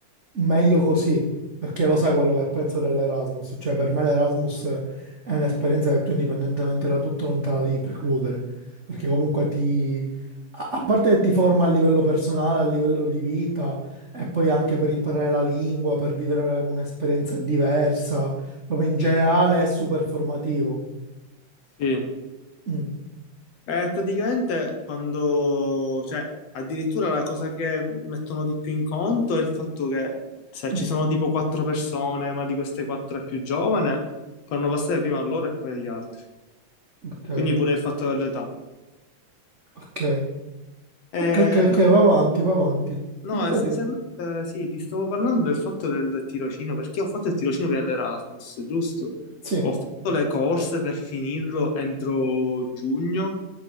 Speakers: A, on the right; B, on the left.
A: meglio così, perché lo sai quello che penso dell'Erasmus, cioè per me l'Erasmus è un'esperienza che tu indipendentemente da tutto non te la devi precludere, perché comunque ti a a parte che ti forma a livello personale, a livello di vita e poi anche per imparare la lingua, per vivere un'esperienza diversa, proprio in generale è super formativo.
B: Sì.
A: Mm,
B: Eh, praticamente quando, cioè, addirittura la cosa che mettono di più in conto è il fatto che se
A: mm,
B: ci sono tipo quattro persone, ma di queste quattro è più giovane, fanno passare prima a loro e poi agli altri.
A: ok,
B: Quindi pure il fatto dell'età.
A: ok,
B: Eh,
A: ok, ok, ok,
B: no,
A: va avanti, va avanti.
B: no,
A: In pratica,
B: essenzialmente eh, sì, ti stavo parlando del fatto del tirocinio, perché ho fatto il tirocinio prima dell'Erasmus, giusto?
A: sì,
B: Ho fatto le corse per finirlo entro giugno